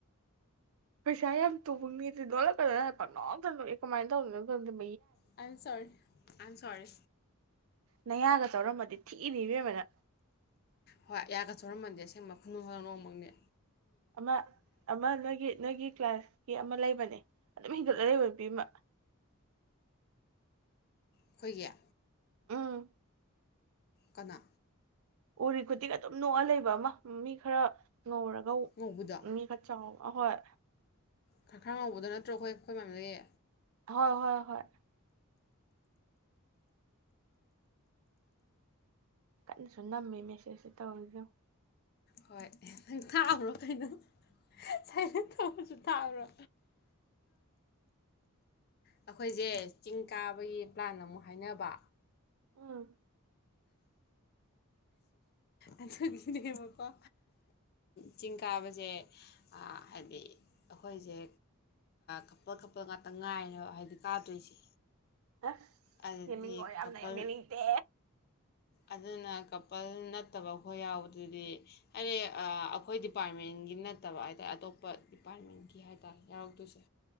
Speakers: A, on the right (about 70°); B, on the left (about 45°).
A: ꯄꯩꯁꯥ ꯌꯥꯝ ꯇꯨꯕ ꯃꯤꯗꯤ ꯅꯣꯂꯛꯀꯗ ꯍꯥꯏ ꯄꯥꯛ ꯀꯃꯥꯏꯅ ꯇꯧꯗꯅꯣ
B: ꯑꯟꯁꯣꯔ ꯑꯟꯁꯣꯔ
A: ꯅꯌꯥꯒ ꯆꯧꯔꯝꯃꯗꯤ ꯊꯤꯅꯤꯕꯕꯅ
B: ꯍꯣꯏ ꯑꯒꯠ ꯁꯧꯔꯝꯃꯗꯤꯦ ꯑꯁꯦꯡꯕ ꯈꯨꯅꯨꯡ ꯅꯣꯡꯃꯛꯅꯦ
A: ꯑꯃ ꯑꯃ ꯅꯣꯏꯒꯤ ꯅꯣꯏꯒꯤ ꯀ꯭ꯂꯥꯁꯀꯤ ꯑꯃ ꯂꯩꯕꯅꯦ ꯑꯗꯨꯝ ꯍꯦꯟꯒꯠꯂ ꯂꯩꯕꯕꯤꯃ
B: ꯑꯩꯈꯣꯏꯒꯤꯌꯥ
A: ꯎꯝ
B: ꯀꯅꯥ
A: ꯎꯔꯤ ꯈꯨꯗꯤꯤꯒ ꯑꯗꯨꯝ ꯅꯣꯛꯑ ꯂꯩꯕ ꯑꯃ ꯃꯤ ꯈꯔ ꯉꯧꯔꯒ
B: ꯉꯧꯕꯗꯣ
A: ꯃꯤ ꯈ ꯆꯥꯎ ꯑꯍꯣꯏ
B: ꯈꯔ ꯈꯔ ꯉꯧꯕꯗꯣ ꯅꯠꯇ꯭ꯔꯣ ꯑꯩꯈꯣꯏ ꯑꯩꯈꯣꯏ ꯃꯌꯥꯝꯗꯒꯤ
A: ꯍꯣꯏ ꯍꯣꯏ ꯍꯣꯏ ꯀꯟꯅꯁꯨ ꯅꯝꯃꯦ ꯃꯦꯁꯦꯁꯁꯦ ꯇꯧꯔꯗꯣ
B: ꯍꯣꯏ ꯅꯪ ꯊꯥꯛꯎ꯭ꯔꯣ ꯀꯩꯅꯣ ꯁꯥꯏꯅ ꯇꯧꯕꯁꯨ ꯊꯥꯛꯎꯔꯣ ꯑꯩꯈꯣꯏꯁꯦ ꯆꯤꯡ ꯀꯥꯕꯒꯤ ꯄ꯭ꯂꯥꯟ ꯑꯃꯨꯛ ꯍꯥꯏꯅꯕ
A: ꯎꯝ
B: ꯑꯗꯨꯒꯤꯅꯦꯕꯀꯣ ꯆꯤꯡ ꯀꯥꯕꯁꯦ ꯍꯥꯏꯗꯤ ꯑꯩꯈꯣꯏꯁꯦ ꯀꯄꯜ ꯀꯄꯜ ꯉꯥꯛꯇ ꯉꯥꯏꯔꯦ ꯍꯥꯏꯕꯗꯤ ꯀꯥꯗꯣꯏꯁꯦ
A: ꯑ
B: ꯑꯗꯨꯗꯤ
A: ꯌꯦꯡꯅꯤꯡꯉꯣ ꯌꯥꯝꯅ
B: ꯀꯄꯜ
A: ꯌꯥꯝ ꯌꯦꯡꯅꯤꯡꯗꯦ
B: ꯑꯗꯨꯅ ꯀꯄꯜ ꯅꯠꯇꯕ ꯈꯣꯏ ꯌꯥꯎꯕꯗꯨꯗꯤ ꯍꯥꯏꯔꯦ ꯑꯩꯈꯣꯏ ꯗꯤꯄꯥꯔꯠꯃꯦꯟꯒꯤ ꯅꯠꯇꯕ ꯍꯥꯏꯇꯥꯔꯦ ꯑꯇꯣꯞꯄ ꯗꯤꯄꯥꯔꯠꯃꯦꯟꯒꯤ ꯍꯥꯏ ꯇꯥꯔꯦ ꯌꯥꯎꯔꯛꯇꯣꯏꯁꯦ